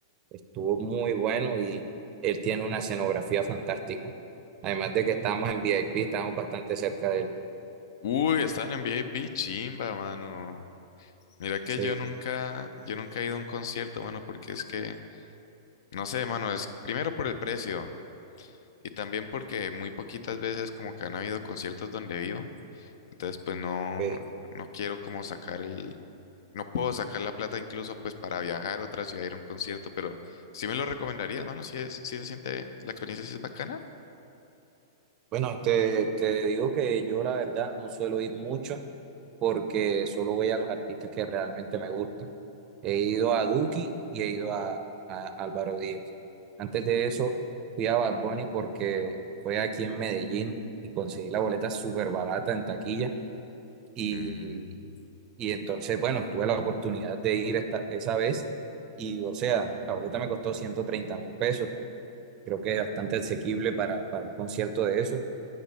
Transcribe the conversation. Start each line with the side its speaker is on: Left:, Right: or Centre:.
Right: Estuvo muy bueno y él tiene una escenografía fantástica. Además de que estábamos en VIP, estábamos bastante cerca de él.
Left: Uy, estaban en VIP, chimba, mano. Mira que
Right: Sí,
Left: yo nunca,
Right: sí.
Left: yo nunca he ido a un concierto, mano, porque es que, no sé, mano, es primero por el precio. Y también porque muy poquitas veces como que han habido conciertos donde vivo. Entonces pues no,
Right: Ok.
Left: no quiero como sacar el, no puedo sacar la plata incluso pues para viajar a otra ciudad a ir a un concierto, pero sí me lo recomendarías, mano, si es, si se siente, la experiencia sí es bacana.
Right: Bueno, te, te digo que yo la verdad no suelo ir mucho porque solo voy a los artistas que realmente me gustan. He ido a Duki y he ido a, a Álvaro Díaz. Antes de eso fui a Bad Bunny porque fue aquí en Medellín y conseguí la boleta súper barata en taquilla. Y,
Left: Mm,
Right: y entonces, bueno, tuve la oportunidad de ir esta, esa vez y, o sea, la boleta me costó ciento treinta mil pesos. Creo que es bastante asequible para, para un concierto de eso.